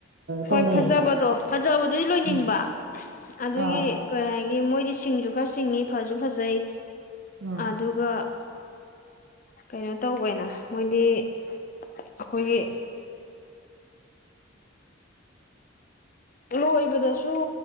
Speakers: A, on the left; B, on the right.
A: ꯍꯣꯏ
B: ꯇꯧꯅꯩꯌꯦꯕ
A: ꯐꯖꯕꯗꯣ ꯐꯖꯕꯗꯨꯗꯤ ꯂꯣꯏꯅꯤꯡꯕ
B: ꯎꯝ
A: ꯑꯗꯨꯒꯤ
B: ꯑꯥ
A: ꯀꯣꯏ ꯦ ꯃꯣꯏ ꯁꯤꯡꯁꯨ ꯈꯔ ꯁꯤꯡꯉꯤ ꯐꯁꯨ ꯐꯖꯩ
B: ꯎꯝ
A: ꯑꯗꯨꯒ ꯀꯩꯅꯣ ꯇꯧꯕꯅ ꯃꯣꯏꯗꯤ ꯑꯩꯈꯣꯏꯒꯤ ꯂꯣꯏꯕꯗꯁꯨ